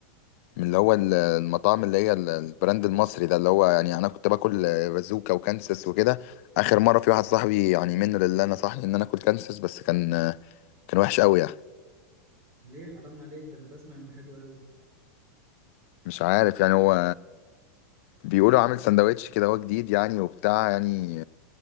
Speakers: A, on the left (about 55°); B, on the right (about 25°).
A: من اللي هو ال- المطاعم اللي هي ال- البراند المصري ده اللي هو يعني انا كنت باكل بازوكا وكانسس وكده اخر مره في واحد صاحبي يعني منه لله نصحني ان انا اكل كانسس بس كان كان وحش قوي يعني
B: ليه حرام عليك ده انا بسمع انه حلو قوي
A: مش عارف يعني هو بيقولوا عامل سندوتش كده هو جديد يعني وبتاع يعني